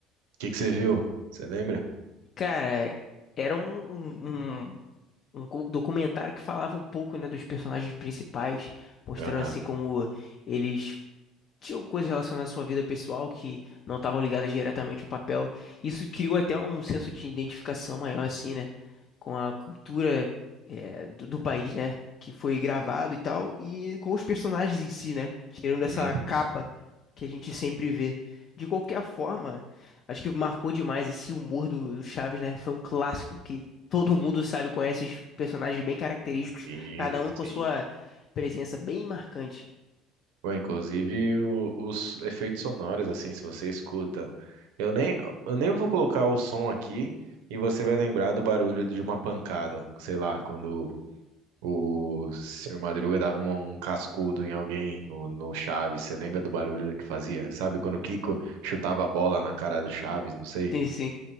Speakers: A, on the right (about 80°); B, on the left (about 50°).
A: que que você viu? Você lembra?
B: Cara, era um, um, um- um co- documentário que falava um pouco, né, dos personagens principais, mostrando
A: Aham.
B: assim como eles tinha coisas relacionadas à sua vida pessoal que não estavam ligadas diretamente ao papel. Isso criou até um senso de identificação maior, assim, né? Com a cultura, eh, do, do país, né? Que foi gravado e tal, e com os personagens em si, né? Tirando essa
A: Uhum.
B: capa que a gente sempre vê. De qualquer forma, acho que marcou demais esse humor do, do Chaves, né? Foi um clássico que todo mundo sabe, conhece os personagens bem característicos,
A: E
B: cada um com
A: sim.
B: a sua presença bem marcante.
A: Bom, inclusive o- os efeitos sonoros, assim, se você escuta. Eu nem, eu nem vou colocar o som aqui e você vai lembrar do barulho de uma pancada. Sei lá, quando O senhor Madruga dava uma- um cascudo em alguém no, no Chaves. Você lembra do barulho que fazia? Sabe quando o Kiko chutava a bola na cara do Chaves? Não sei.
B: Sim, sim.